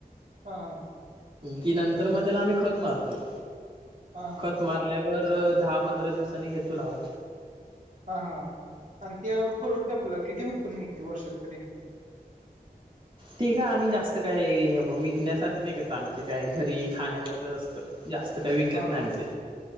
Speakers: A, on the right; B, on the right.
A: हा हा
B: कि नंतर मग त्याला आम्ही खत मारतो
A: हा हा
B: खत मारल्यावर दहा पंधरा दिवसांनी घेतो लावा
A: हा हा आणि त्या परवडते आपल्या किती उत्पन्न निघते वर्षात तरी
B: ती काय आम्ही जास्त काही विकण्यासाठी नाही करत आमचे काय घरी खाण्यावररतच असतं जास्त काही विकत
A: हा
B: नाही
A: हा
B: आम्ही ते